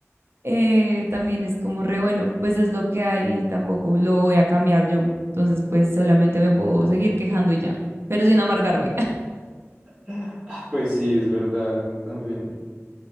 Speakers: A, on the right (about 55°); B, on the right (about 20°).
A: eh, también es como re bueno, pues es lo que hay y tampoco lo voy a cambiar yo, entonces pues solamente me puedo seguir quejando y ya, pero sin amargarme.
B: Ah, Pues sí, es verdad, uno también.